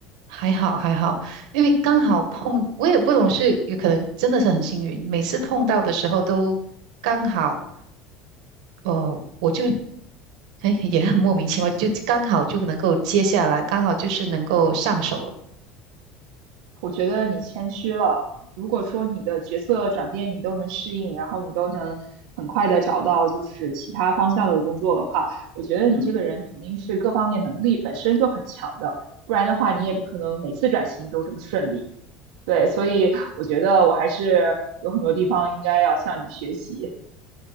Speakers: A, on the right; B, on the right.
A: 还好还好，因为刚好碰，我也不懂是有可能真的是很幸运，每次碰到的时候都刚好。呃，我就哎也很莫名其妙，就刚好就能够接下来，刚好就是能够上手了。
B: 我觉得你谦虚了。如果说你的角色转变你都能适应，然后你都能很快的找到就是其他方向的工作的话，我觉得你这个人肯定是各方面能力本身就很强的，
A: 嗯哼，
B: 不然的话你也不可能每次转型都这么顺利。对，所以我觉得我还是有很多地方应该要向你学习。